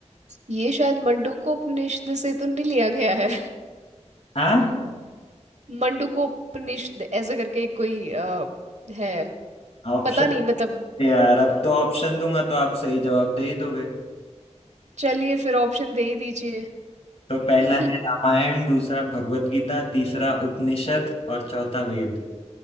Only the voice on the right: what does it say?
ये शायद मंडूकोपनिषद से तो नहीं लिया गया है
<laughs> मंडूकोपनिषद ऐसे करके कोई आ, है
पता नहीं मतलब
चलिए फिर ऑप्शन दे ही दीजिए
<laughs>